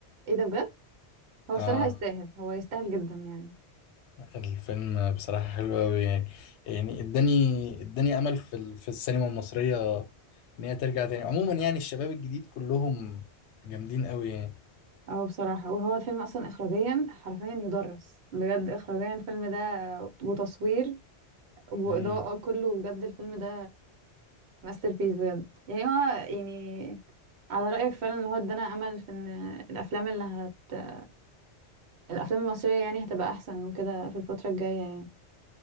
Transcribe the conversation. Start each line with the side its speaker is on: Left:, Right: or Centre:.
Right: ايه ده بجد هو الصراحه
Left: اه
Right: يستاهل هو يستاهل جدا يعني
Left: الفيلم بصراحة حلو قوي يعني يعني اداني اداني امل في ال- في السينما المصرية ان هي ترجع تاني عموما يعني الشباب الجديد كلهم جامدين قوي يعني
Right: اه بصراحه وهو الفيلم اصلا اخراجيا حرفيا يدرس بجد اخراجيا الفيلم ده وتصوير واضاءه
Left: مم.
Right: كله بجد الفيلم ده ماستر بيس بجد يعني هو يعني على رايك فعلا ان هو ادانا امل في ان الافلام اللي هت الافلام المصريه يعني هتبقى احسن وكده في الفتره الجايه